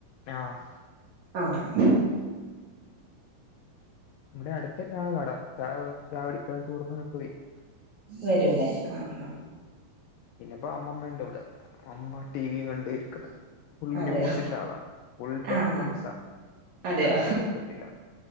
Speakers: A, on the left (about 80°); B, on the right (about 55°).
A: ആഹ്
B: ആഹ് ഹ
A: ഇവടെ അടുത്തെന്നാണ് കട ചായകുടിക്കാനും ചോറ്ന്നാനൊക്കെ വെരും.
B: വരൂല്ലേ ആഹ് ആഹ്
A: പിന്നെപ്പോ അമ്മമ്മണ്ട് ഇവ്ടെ അമ്മ ടി വി യും കണ്ട്‌ ഇരിക്കുന്ന് ഫുൾ
B: അതെയോ
A: ന്യൂസിന്റെ ആളാണ്. ഫുൾ ടൈം
B: ആഹ്
A: ന്യൂസണ്
B: ആഹ് അതെയോ
A: വേരൊന്നും വെക്കത്തില്ല